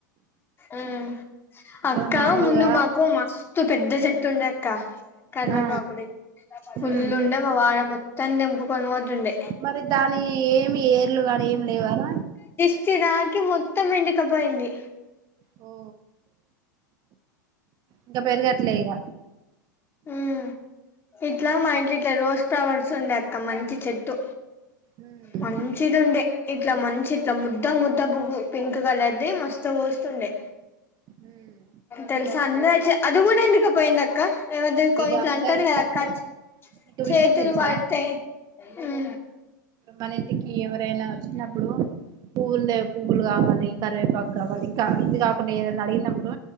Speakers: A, on the left; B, on the right.
A: ఉమ్
B: ఇప్పుడు
A: అక్క
B: మామూలుగా
A: ముందు మాకు మస్తు పెద్ద చెట్టు ఉండే అక్క కరివేపాకుది
B: ఆ
A: ఫుల్
B: ఉమ్
A: ఉండే మా వాడ మొ త్తం తెంపుకుని పోతుండే
B: మరి దాని ఏ మి ఏర్లు కానీ ఏం లేవారా
A: స్టీ తాకి మొత్తం ఎండుకపోయింది
B: ఓ ఇంకా పెరగట్లే ఇగ
A: ఉం ఇట్లా మా ఇంట్ల ఇట్లా రోస్ ఫ్లవర్స్ ఉండే అక్క మంచి చెట్టు
B: ఉమ్
A: మంచిది ఉండే ఇట్లా మంచి ఇట్లా ముద్ద ముద్ద బువ్ పింక్ క్ కలర్ ది మస్తు పూస్తుండే
B: ఉమ్
A: తెలుసా అందరచ్చ అదిగూడ ఎండుక పోయిందక్క ఏవదేనికో
B: ఇగ
A: ఇట్లా
B: అందరు
A: అంటది కదక్క
B: అసలు నీకు
A: చేతులు
B: విషయం తెలుసా
A: పడితే ఉం
B: మనింటికి ఎవరై చినప్పుడు పూవ్వుల్ లేవ్ పువ్వులు కావాలి కరివేపాకు కావాలి ఇంకా ఇది కాకుండా ఏదైనా అడిగినప్పుడు